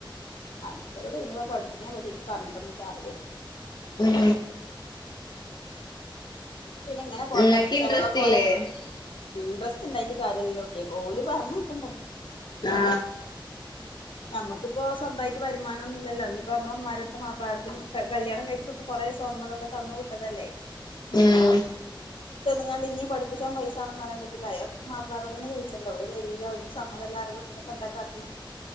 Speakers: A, on the left (about 80°); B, on the left (about 55°).
A: ആ അങ്ങത്തെലോട്‌ പിന്ന പഠിപ്പിനെ പറ്റി പറഞ്ഞിട്ടൊന്നും കാര്യല്ല
B: ഉം
A: പിന്നങ്ങനെ പോട്ടെ
B: ഇങ്ങക്ക്
A: ചെലവൊക്കോലെ
B: ഇൻട്രസ്റ്റ് ഇല്ലേ
A: ഇൻഡ്രസ്റ്റ് ഇണ്ടായിട്ട് കാര്യല്ലലോ കുട്ട്യേ ഓല് പറഞ്ഞയക്കണ്ടേ
B: ആ
A: നമ്മുക്കിപ്പോ സ്വന്തായിട്ട് വരുമാനൊന്നും ഇല്ലല്ലോ ഇനിപ്പോ നമ്മളെ ഉമ്മാരെടുത്തും വാപ്പാരെട്ത്തും ക കല്യാണം കഴിച്ചപ്പോ പ്പൊ കൊറേ സ്വർണ്ണതൊക്കെ തന്നു വിട്ടതല്ലേ
B: ഉം
A: ഇനിയാണ്ട് ഇനീം പഠിപ്പിച്ചാൻ പൈസാണെന്ന് പറയാൻ പറ്റില്ല എ മാപ്പിളാരോടന്നെ ചോദിച്ചണ്ടേ ഓല് തരൂല ഓലിക് സമ്മതമല്ല പറയുമ്പൊ പിന്നെ അപ്പൊ എന്താ കാട്ടനെ